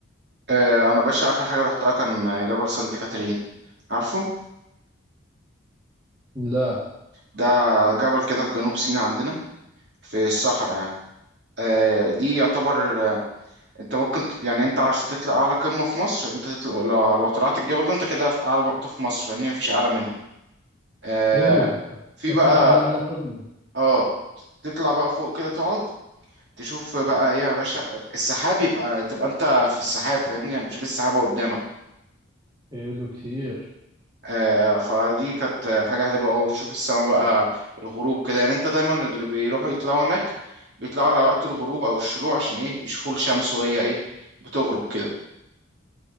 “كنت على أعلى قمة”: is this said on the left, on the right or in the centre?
Right